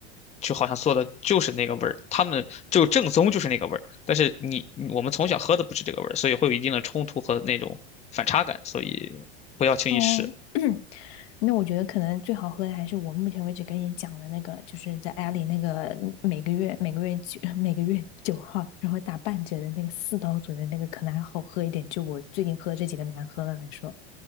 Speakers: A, on the left; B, on the left.
A: 就好像做的就是那个味儿，他们就正宗就是那个味儿。但是你你我们从小喝的不是这个味儿，所以会有一定的冲突和那种反差感，所以不要轻易试。
B: 哦，<clears throat> 那我觉得可能最好喝的还是我目前为止跟你讲的那个，就是在阿里那个每个月每个月九 <laughs> 每个月九号，然后打半折的那个四刀左右那个，可能还好喝一点。就我最近喝这几个难喝的来说